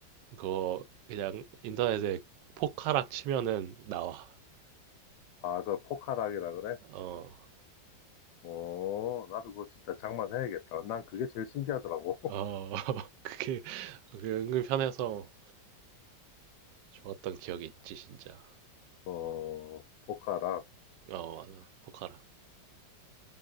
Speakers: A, on the right; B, on the left.
A: 그거 그냥 인터넷에 포카락 치면은 나와.
B: 아, 그걸 포카락이라 그래?
A: 어,
B: 어, 나도 그거 진짜 장만해야겠다. 난 그게 제일 신기하더라고. <laughs>
A: 어, <laughs> 그게, 그게 은근 편해서 좋았던 기억이 있지, 진짜.
B: 어, 포카락.
A: 어, 맞아. 포카락.